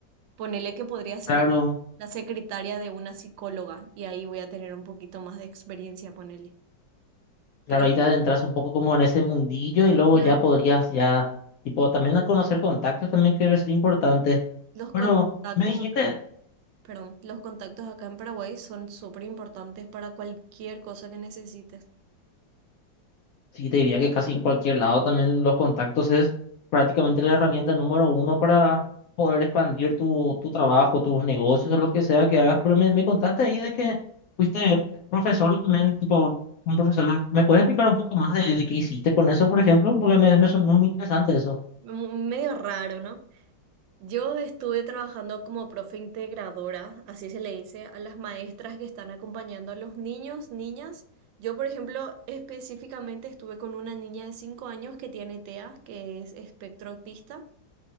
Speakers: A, on the right; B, on the left.
A: Ponele que podría ser
B: Claro,
A: la secretaria de una psicóloga y ahí voy a tener un poquito más de experiencia, ponele. Pero
B: claro, ahí te adentras un poco como en ese mundillo y luego
A: claro,
B: ya podrías ya, tipo, también a conocer contactos también que es importante.
A: los
B: Pero
A: contactos
B: me dijiste,
A: acá, en- perdón, los contactos acá en Paraguay son súper importantes para cualquier cosa que necesites.
B: sí, te diría que casi en cualquier lado también los contactos es prácticamente la herramienta número uno para
A: Sí.
B: poder expandir tu, tu trabajo, tus negocios, o lo que sea que hagas. Pero me, me contaste ahí de que fuiste profesor también, tipo, un profesor. ¿Me puedes explicar un poco más de, de qué hiciste con eso, por ejemplo? Porque me, me sonó muy interesante eso.
A: Mu- Medio raro, ¿no? Yo estuve trabajando como profe integradora, así se le dice, a las maestras que están acompañando a los niños, niñas. Yo, por ejemplo, específicamente estuve con una niña de 5 años que tiene TEA, que es espectro autista,